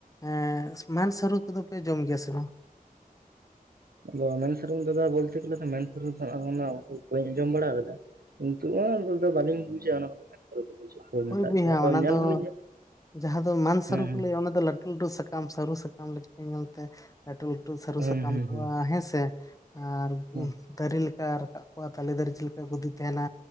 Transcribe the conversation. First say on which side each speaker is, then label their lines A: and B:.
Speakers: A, on the left; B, on the right.
A: ᱮᱸ ᱢᱟᱱ ᱥᱟᱹᱨᱩ ᱠᱚᱫᱚ ᱯᱮ ᱡᱚᱢ ᱜᱮᱭᱟ ᱥᱮ ᱵᱟᱝ
B: ᱟᱫᱚ ᱢᱮᱱ ᱥᱮᱨᱚᱢ ᱫᱟᱫᱟ ᱵᱚᱞᱛᱮ ᱜᱮᱞᱮ ᱥᱮ ᱢᱮᱱ ᱥᱟᱹᱨᱩ <inaudible> ᱚᱱᱟ ᱩᱠᱩᱨ ᱵᱟᱹᱧ ᱟᱸᱡᱚᱢ ᱵᱟᱲᱟ ᱟᱠᱟᱫᱟ ᱠᱤᱱᱛᱩ <inaudible> ᱥᱚᱵ ᱫᱚ ᱵᱟᱹᱞᱤᱧ ᱵᱩᱡᱟ ᱚᱱᱟ ᱠᱚᱫᱚ ᱥᱟᱹᱨᱩ ᱠᱚᱫᱚ ᱪᱮᱫ ᱠᱚ
A: ᱦᱳᱭ
B: ᱢᱮᱛᱟᱜ
A: ᱵᱚᱭᱦᱟ
B: ᱜᱮᱭᱟ ᱟᱫᱚ
A: ᱚᱱᱟ
B: ᱧᱮᱞ
A: ᱫᱚ
B: ᱦᱚᱸᱞᱤᱧ ᱧᱮᱞ
A: ᱡᱟᱦᱟᱸ ᱫᱚ ᱢᱟᱱ ᱥᱟᱹᱨᱩ
B: ᱦᱮᱸ ᱦᱮᱸ
A: ᱠᱚ ᱞᱟᱹᱭᱟ ᱚᱱᱟ ᱫᱚ ᱞᱟᱹᱴᱩ <inaudible> ᱥᱟᱠᱟᱢ ᱥᱟᱹᱨᱩ ᱥᱟᱠᱟᱢ ᱞᱮᱠᱟ ᱧᱮᱞᱛᱮ ᱞᱟᱹᱴᱩ ᱞᱟᱹᱴᱩ ᱥᱟᱹᱨᱩ
B: ᱦᱩᱸ
A: ᱥᱟᱠᱟᱢ
B: ᱦᱩᱸ
A: ᱠᱚᱣᱟ ᱦᱮᱸᱥᱮ ᱟᱨ
B: ᱦᱩᱸ
A: ᱫᱟᱨᱮ ᱞᱮᱠᱟ ᱨᱟᱠᱟᱵ ᱠᱚᱜᱼᱟ ᱛᱟᱞᱮ ᱫᱟᱨᱮ ᱪᱮᱫ ᱞᱮᱠᱟ ᱜᱚᱫᱤ ᱛᱟᱦᱮᱱᱟ